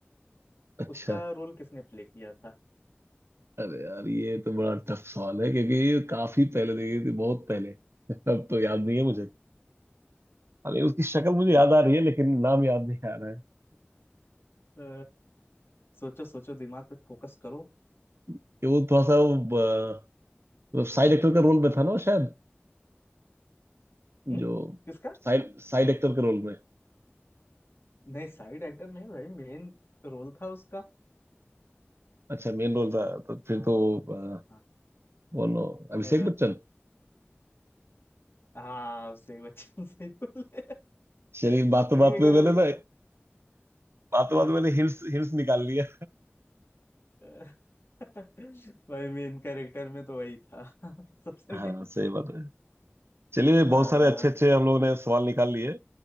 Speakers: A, on the right; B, on the left.
A: अच्छा
B: उसका रोल किसने प्ले किया था
A: अरे यार ये तो बड़ा टफ सवाल है क्योंकि ये काफी पहले देखी थी बहुत पहले <laughs> अब तो याद नहीं है मुझे अरे उसकी शक्ल मुझे याद
B: <laughs>
A: आ रही है लेकिन नाम याद नहीं आ रहा है
B: अ, सोचो सोचो दिमाग पे फोकस करो
A: कि वो थोड़ा सा वो, ब- मतलब साइड एक्टर का रोल में था ना वो शायद
B: हम्म
A: जो
B: किसका
A: साइड साइड एक्टर के रोल में
B: नहीं साइड एक्टर नहीं भाई मेन रोल था उसका
A: अच्छा मेन रोल था तो फिर
B: हाँ
A: तो अ,
B: हाँ
A: बोलो अभिषेक
B: अ,
A: बच्चन
B: हाँ, उससे बच्चन <laughs> सही बोले क्योंकि
A: चलिए बातों बात
B: अगर
A: में मैंने
B: अभी
A: ना बातों
B: अ,
A: बात में मैंने हिंट्स हिंट्स निकाल लिया
B: <laughs> भाई मेन कैरेक्टर में तो वही था <laughs> सबसे
A: हाँ
B: मेन
A: सही बात है चलिए
B: हाँ
A: बहुत सारे अच्छे अच्छे हम लोगों ने सवाल निकाल लिए